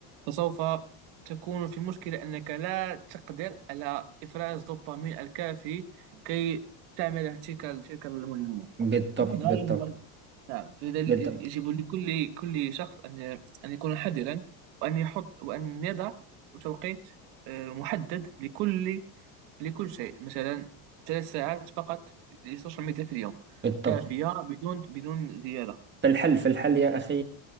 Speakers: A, on the right; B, on the right.
A: فسوف تكون في مشكلة أنك لا تقدر على إفراز الدوبامين الكافي كي تعمل تلك تلك المهمة
B: بالضبط
A: لذا
B: بالضبط
A: يجب نعم فلذا
B: بالضبط
A: يجب لكل كل شخص أن أن يكون حذرا وأن يحط وأن يضع توقيت آه، محدد لكل لكل شيء مثلا ثلاث ساعات فقط للسوشيال ميديا في اليوم
B: بالضبط
A: كافية بدون بدون زيادة
B: فالحل فالحل يا أخي